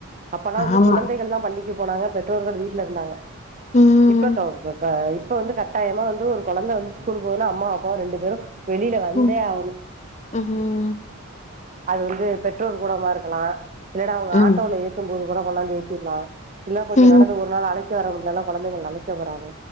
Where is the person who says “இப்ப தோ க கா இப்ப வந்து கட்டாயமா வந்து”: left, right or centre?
Right